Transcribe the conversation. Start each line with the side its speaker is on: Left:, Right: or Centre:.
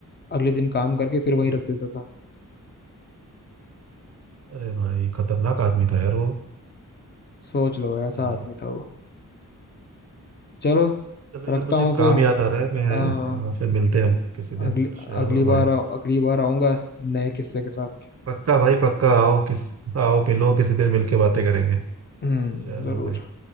Left: अगले दिन काम करके फिर वहीं
Right: हम्म,
Left: रख देता था
Right: अरे भाई खतरनाक आदमी था यार वो
Left: सोच लो ऐसा
Right: सही
Left: आदमी
Right: है
Left: था वो चलो
Right: चलो यार
Left: रखता
Right: मुझे
Left: हूँ फिर
Right: काम याद आ रहा है मैं
Left: हाँ
Right: आ, फिर मिलते हैं हम किसी दिन
Left: अगली
Right: चलो
Left: अगली
Right: भाई
Left: बार आ- अगली बार आऊंगा नए किस्से के साथ
Right: पक्का भाई पक्का आओ किस आओ मिलो किसी दिन मिलके बातें करेंगे
Left: हम्म
Right: चलो
Left: जरूर
Right: भाई